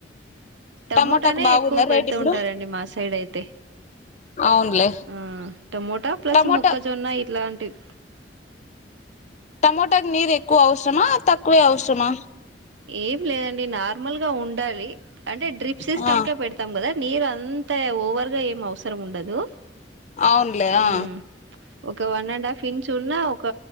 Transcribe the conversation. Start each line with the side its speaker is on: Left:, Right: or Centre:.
Right: టమోటానే
Left: టమోటాకు బాగుందా
Right: ఎక్కువ పెడుతూ
Left: రేట్ ఇప్పుడు
Right: ఉంటారండి మా సైడ్ అయితే
Left: అవునులే
Right: ఆ టమోటా ప్లస్
Left: టమోటా
Right: మొక్కజొన్న ఇట్లాంటివి
Left: టమోటాకి నీరు ఎక్కువ అవసరమా తక్కువే అవసరమా
Right: ఏం లేదండి నార్మల్ గా ఉండాలి అంటే డ్రిప్స్ సిస్టమ్కే
Left: ఆ
Right: పెడతాం కదా నీరు అంత ఓవర్గా ఏం అవసరం ఉండదు
Left: అవునులే ఆ
Right: మ్మ్ ఒక వన్ అండ్ హాఫ్ ఇంచ్ ఉన్నా ఒక